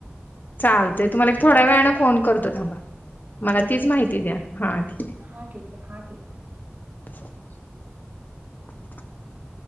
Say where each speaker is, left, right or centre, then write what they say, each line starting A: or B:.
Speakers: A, on the left; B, on the right.
A: चालते
B: तुमचं
A: तुम्हाला एक थोड्या
B: जास्तच
A: वेळने फोन करतो थांबा मला
B: ठीक
A: तीच
B: आहे
A: माहिती
B: ठीक
A: द्या हा ठीक
B: हां ठीक आहे, हां ठीक आहे
A: <inaudible>